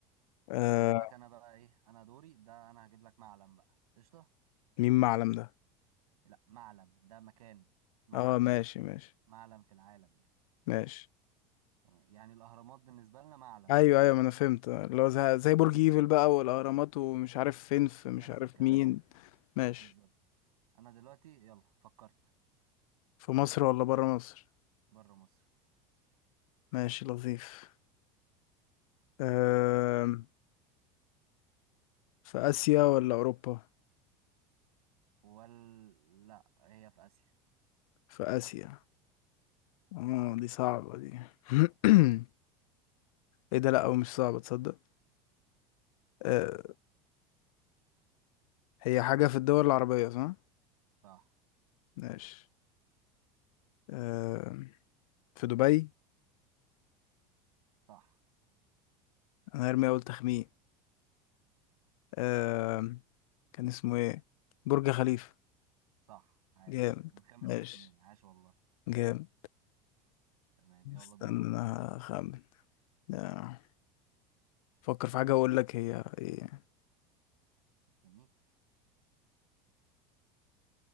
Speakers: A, on the left; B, on the right.
A: آه
B: هجيب لك انا بقى ايه انا دوري ده انا هجيب لك معلم بقى قشطه
A: مين معلم ده
B: لا معلم ده مكان معلم
A: اه ماشي ماشي
B: معلم في العالم يعني
A: ماشي
B: تمام يعني الاهرامات بالنسبه لنا معلم
A: ايوه ايوه ما انا فهمت آه، اللي هو زي زي برج ايفل بقى والاهرامات ومش عارف فين في
B: نفس
A: مش عارف
B: الكلام
A: مين ماشي
B: بالظبط انا دلوقتي يلا فكرت
A: في مصر ولا برا مصر
B: بره مصر
A: ماشي لطيف آه في اسيا ولا اوروبا
B: ولا لا هي في اسيا
A: في اسيا اه دي صعبة دي <clears throat> ايه ده لا او مش صعبة تصدق آه هي حاجة في الدول العربية صح
B: صح
A: ماشي آه في دبي
B: صح
A: انا هرمي اول تخمين آه كان اسمه ايه برج خليفة
B: صح عاش
A: جامد
B: من خمس
A: ماشي
B: تخمين عاش والله
A: جامد
B: تمام يلا
A: استنى
B: دورك
A: انا هخمن آه، فكر في حاجة اقول لك هي ايه
B: مستنيك